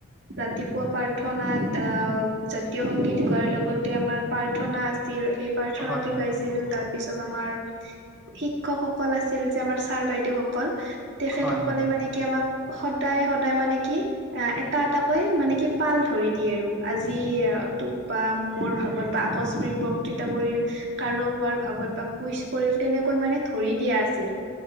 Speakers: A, on the right (about 55°); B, in the centre.
A: ৰাতিপুৱা প্ৰাৰ্থনাত আহ জাতীয় সংগীত গোৱাৰ লগতে আমাৰ প্ৰাৰ্থনা আছিল। সেই প্ৰাৰ্থনাটো
B: হয় হয়
A: গাইছিলো তাৰ পিছত আমাৰ শিক্ষকসকল আছিল যে আমাৰ ছাৰ বাইদেউসকল তেখেতসকলে
B: হয় হয়
A: মানে কি আমাক। সদায় সদায় মানে কি অ এটা এটাকৈ মানে কি পাল ধৰি দিয়ে আৰু আজি বা মোৰ ভাগত বা আকস্মিক বক্তৃতা পৰিল কাৰোবাৰ ভাগত বা কুইচ পৰিল তেনেকৈ মানে ধৰি দিয়া আছিল।